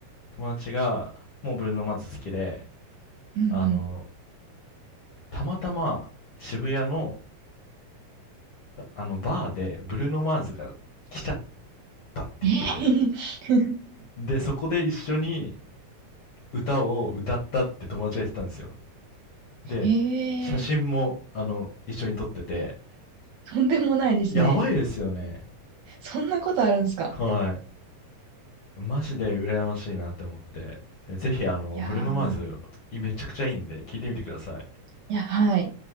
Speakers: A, on the left; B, on the right.
A: 友達が、もうブルーノマーズ好きで、
B: うんうん。
A: あの、たまたま渋谷の、あの、バーでブルーノマーズが来ちゃったって言ってて、
B: ええ <laughs>、
A: で、そこで一緒に歌を歌ったって友達が言ってたんですよ。で、
B: へえ、
A: 写真も、あの、一緒に撮ってて、
B: とんでもないですね。
A: やばいですよね。
B: そんなことあるんですか。
A: はい。マジで羨ましいなって思って。ぜひ、あの、
B: いやー、
A: ブルーノマーズ、めちゃくちゃいいんで、聞いてみてください。
B: いや、はい。